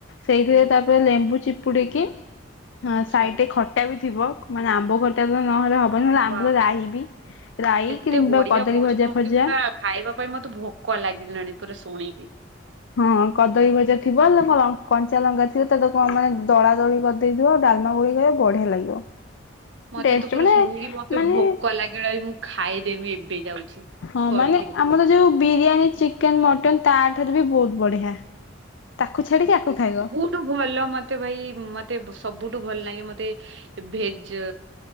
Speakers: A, on the left; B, on the right.
A: ସେଇଥିରେ
B: ହଉ,
A: ତାପରେ ଲେମ୍ବୁ ଚିପୁଡ଼ିକି। ହଁ
B: ଆଚ୍ଛା,
A: ସାଇଡରେ ଖଟା ବି ଥିବ ମାନେ ଆମ୍ବ ଖଟା ତ ନହେଲେ ହବ ହଲେ ଆମ୍ବୁଲ
B: ୱାଓ,
A: ରାହି
B: ଏ-
A: ବି ରାଇ
B: ଏତେ
A: କିମ୍ବା
B: ବଢିଆ
A: କଦଳୀ
B: କହୁଛି,
A: ଭଜାଆ
B: ମୋତେ
A: ଫଜଆ।
B: ପୁରା ଖାଇବା ପାଇଁ ମତେ ଭୋକ ଲାଗିଲାଣି ପୁରା ଶୁଣିକି।
A: ହଁ କଦଳୀ ଭଜା ଥିବ ଲ କଞ୍ଚା ଲଙ୍କା ଥିବ ତା କଣ ମାନେ ଦଳା ଦୋଳି ଦେଇଥିବ ଡାଲମା ଗୋଲେଇକି ଖାଇବ ବଢିଆ ଲାଗିବ।
B: <inaudible> ମତେ
A: ଟେଷ୍ଟ
B: ତ ପୁରା
A: ମାନେ
B: ଶୁଣିକି ମତେ
A: ମାନେ
B: ଭୋକ ଲାଗିଲାଣି। ମୁଁ ଖାଇଦେବି ଏବେ ଯାଉଛି।
A: ହଁ
B: କରିକି
A: ମାନେ
B: ରୋଷେଇ
A: ଆମର ଯୋଉ ବିରିୟାନୀ ଚିକେନ ମଟନ ତା ଠାରୁ ବି ବହୁତ ବଢିଆ। ତାକୁ ଛାଡିକି ଆାକୁ ଖାଇବ?
B: ତୁ ଭଲ ମତେ ଭାଇ ମତେ ସବୁଠୁ ଭଲ ଲାଗେ ମତେ ଭେଜ